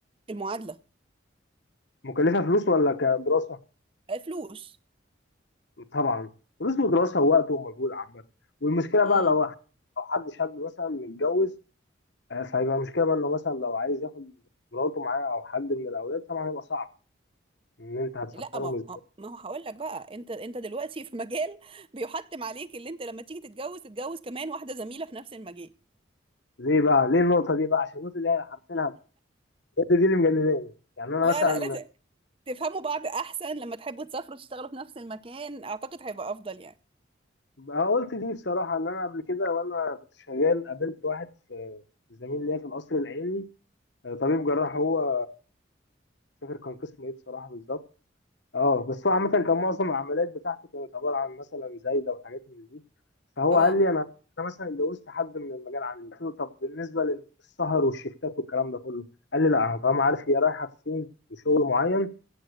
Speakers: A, on the right; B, on the left.
A: المعادله
B: مكلفة فلوس ولا كدراسة؟
A: آه، فلوس
B: طبعا فلوس ودراسة ووقت ومجهود عامة والمشكلة
A: امم
B: بقى لو لو حد شاب مثلا متجوز آه، فهيبقى المشكلة بقى انه مثلا لو عايز ياخد مراته معاه او حد من الاولاد طبعا هيبقى صعب ان انت هتفكرهم
A: لا ما
B: ازاي
A: هو- ما هو هقول لك بقى انت انت دلوقتي في مجال بيحتم عليك اللي انت لما تيجي تتجوز تتجوز كمان واحده زميله في نفس المجال
B: ليه بقى ليه النقطة دي بقى عشان النقطة دي هي حرفيا هت- هي دي اللي مجنناني يعني انا
A: لا
B: مثلا
A: لا لازم تفهموا بعض احسن لما تحبوا تسافروا تشتغلوا في نفس المكان اعتقد هيبقى افضل يعني
B: أنا قلت دي بصراحة ان انا قبل كده وانا كنت شغال قابلت واحد في زميل ليا في القصر العيني آه، طبيب جراح هو مش فاكر كان قسم ايه بصراحه بالظبط اه بس هو عامه كان معظم العمليات بتاعته كانت عباره عن مثلا زايده وحاجات من دي فهو
A: اه
B: قال لي انا انا مثلا اتجوزت حد من المجال عندي قلت له طب بالنسبه للسهر والشيفتات والكلام ده كله قال لي لا انا طالما عارف هي رايحه فين وشغل معين